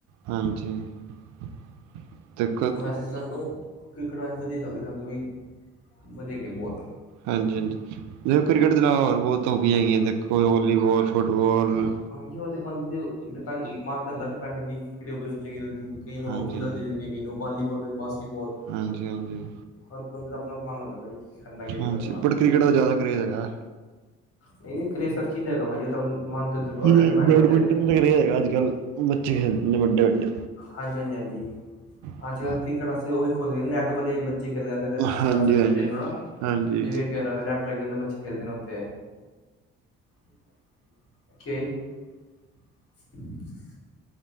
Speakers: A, on the right; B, on the left.
A: ਹਾਂਜੀ, <unintelligible>
B: ਵੈਸੇ ਸਾਨੂੰ ਕ੍ਰਿਕਟ ਵੈਸੇ ਵਧੀਆ ਚੱਲ <unintelligible> ਸੀ ਵੀ ਵਧੀਆ ਗਏ ਬਹੁਤ
A: ਹਾਂਜੀ ਹਾਂਜੀ ਦੇਖੋ ਕ੍ਰਿਕਟ ਤੋਂ ਈਲਾਵਾ ਹੋਰ ਬੋਹਤ ਹੋਬੀਆ ਹੈਗੀਆਂ ਦੇਖੋ ਵੌਲੀਬਾਲ, ਫੁਟਬਾਲ
B: ਉਹਦੇ ਬੰਦੇ ਡਿਪੈਂਡ ਮਨ ਤੇ ਹੁੰਦਾ ਡਿਪੈਂਡ ਖੇੜ ਨੂੰ ਚੰਗੀ ਲਗਦੀ ਈ ਕਈਆਂ ਨੂੰ
A: ਹਾਂਜੀ
B: ਹੋਕੀ ਲਗਦੀਗੀ ਕਈ ਨੂੰ ਵਾਲੀਬਾਲ ਕਿੰ ਬ ਬਾਸਕਿਟਬਾਲ
A: ਹਾਂਜੀ ਹਾਂਜੀ
B: ਹਰ ਬੰਦੇ ਦਾ ਅਪਨਾ ਮਨ ਹੁੰਦੇ ਭਾਜੀ ਕਰਨਾ ਹੈ ਕੇ ਨੀ
A: ਹਾਂਜੀ
B: ਕਰਨਾ।
A: ਬਟ ਕ੍ਰਿਕਟ ਦਾ ਜ਼ਿਆਦਾ ਕਰੇਜ਼ ਹੈਗਾ
B: ਨਹੀਂ ਕਰੇਸਰ ਚੀਜ਼ ਹੈਗਾ ਭਾਜੀ, ਉਹ ਮਨ ਤੇ
A: ਜਿਵੇਂ
B: ਡਿਪੈਂਡ
A: ਬੈਡਮਿੰਟਨ
B: ਬੰਦੇ ਤੇ
A: ਦਾ ਕਰੇਜ਼ ਹੈਗਾ ਅੱਜ ਕੱਲ੍ਹ ਬੱਚੇ ਖੇਡਦੇ ਨੇ ਵੱਡੇ ਵੱਡੇ
B: ਹਾਂਜੀ ਹਾਂਜੀ ਹਾਂਜੀ
A: ਹਾਂਜੀ
B: ਅੱਜ ਕੱਲ ਕ੍ਰਿਕਟ ਆਸਤੇ ਉਹ ਵੀ ਖੁਲ ਗਏ ਨੈਟ ਵਾਲੇ ਬੱਚੇ ਖੇਲਨ ਜਾਂਦੇ ਨੇ
A: ਹਾਂਜੀ
B: ਸਚ ਸੈਚਡੇ ਨੂ ਨਾ
A: ਹਾਂਜੀ
B: ਤੂ ਵੇਖ ਕੇ ਹੈ ਨੈੱਟ ਲੱਗ ਬੱਚੇ ਖੇਡਦੇ ਨੇ ਉੱਥੇ <unintelligible>